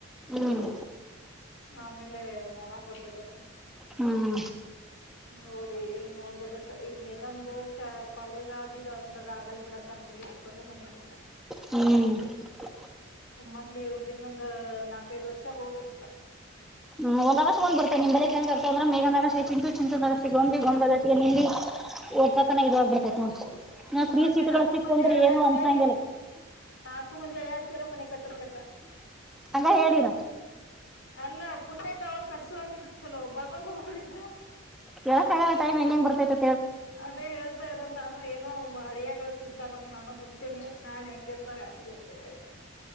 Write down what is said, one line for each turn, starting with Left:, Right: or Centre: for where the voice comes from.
Centre: ಹ್ಮ್
Left: ಆಮೇಲೆ ನೋಡಾಕ್ ಬರ್ತತೆ
Centre: ಹ್ಮ
Left: ನೋಡಿ ನೋಡ್ಬೇಕಕ್ಕ ಈಗ ಮೇಘಾದು ಕಾಲೇಜ್ ಆದ ಇದ ಅಂದ್ರಾಗ ಆಗಲ್ ಬಿಡಕ್ಕ ನಮ ಮ ಮನೆ <unintelligible>
Centre: ಹ್ಮ್ <inaudible>
Left: ಅಮ್ಮಕ್ಳ ಅವ್ರ ದನ್ೊಂದ <unintelligible> ನಾಕೈದ ವರ್ಷ ಹೋಗ್ಬೇಕಕ್ಕ
Centre: ಹ್ಮ ಒಂದ್ಗಸಕಗ್ ಬರ್ತತೆ ನಿಂಬ ಬ ಚೆ್ರ್ೆ ಅ್ರ ಮೇಗದಗಸ ಚಿಂತು ಚಿಂತು ಅಗಸ ಗಂದ್
Left: ಹ್ಮ್
Centre: ಗ ಒಂದ್ಗಸಿಗೆ ನಿಮಲ್ಲಿ <unintelligible> ಒಓರ್ತತನ ಇ ಆಾಗ್ ಬಿರ್ತೈ ನೋಡ್ <inaudible>
Left: ಒಮ್ಮಕ್ಳ
Centre: ಫ್ರೀ ಸೀಟ್ಗಳು
Left: ನಾಲ್ಕು
Centre: ಸಿಕ್ಕು
Left: ಮಂದಿ
Centre: ಅಂದ್ರೆ
Left: ಅಳ್ಯಾರ್
Centre: ಏನು ಅನ್ಸಂಗಿಲ್ಲ
Left: ಸೇರಿ ನಾಲ್ಕು ಮಂದಿ ಅಳ್ಯಾರ್ ಸರಮನ ಕಟ್ಿಸಲ್ಲಕ್ಕ <unintelligible>
Centre: ಹಂಗ ಹೇಳಿರ
Left: ಅಲ್ಲಾ ಪುಣ್ಯಕ ಅವರು ಕಟ್ಸ ಹಂಗಿದ್ರರು ಚಲೋ ಬರ್ಕೊಂಡ್ ಹೋಗ್ಬರಿದ್ರ
Centre: ಬೆಳಕಾಗ ಟೈಮ್ ಹೆಂಗ ಬರ್ತೈತಿ
Left: ಅದೇ ಹೇಳ್ತಾ ಇರಲ್ಲ ನಾನು ಏನೋ ಹಳಿಯಾಗಳ ಸಿಗ್ತಾರಂತ ನಾನು ಕುಂತೀನಿ ನಾಳೆ ಹೆಂಗ ಇರ್ತಾರೆ ಅದ ಗೊತ್ತು ಬ ಇವ <inaudible>